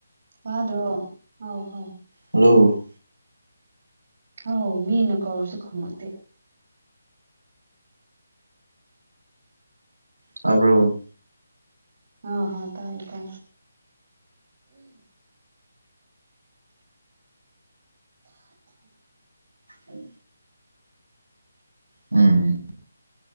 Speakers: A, on the right; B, on the right.
A: ꯇꯥꯗꯔꯣ ꯍꯥꯎ ꯍꯥꯎ
B: ꯍꯜꯂꯣ
A: ꯍꯥꯎ ꯃꯤꯅ ꯀꯧꯔꯁꯨ ꯈꯨꯝꯃꯛꯇꯦ
B: ꯇꯥꯕ꯭ꯔꯣ
A: ꯍ ꯍꯣ ꯇꯥꯏꯌꯦ ꯇꯥꯏ
B: ꯎꯝ ꯎꯝ